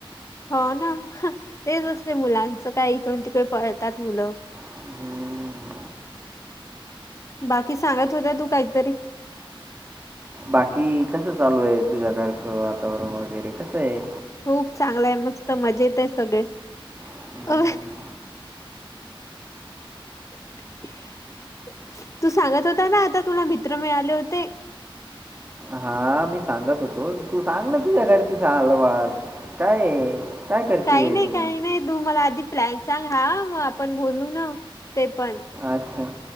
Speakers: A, on the left (about 35°); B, on the right (about 20°).
A: हो ना, तेच असते, मुलांचं काय इकडून तिकडे पळतात मुलं.
B: हं,
A: बाकी सांगत होता तू काहीतरी.
B: बाकी कसं चालू आहे, तुझ्या घरचं वातावरण वगैरे कसंये.
A: खूप चांगला आहे, मस्त मजेत येत आहे सगळे.
B: हं.
A: अ <inaudible> तू सांगत होता ना, आता तुला मित्र मिळाले होते.
B: हा मी सांगत होतो, तू सांग ना तुझ्या घरची हालवाल. काय-काय करतेय
A: काही नाही
B: तू.
A: काही नाही तू मला आधी प्लॅन सांग, हा मग आपण बोलू ना ते पण.
B: अच्छा.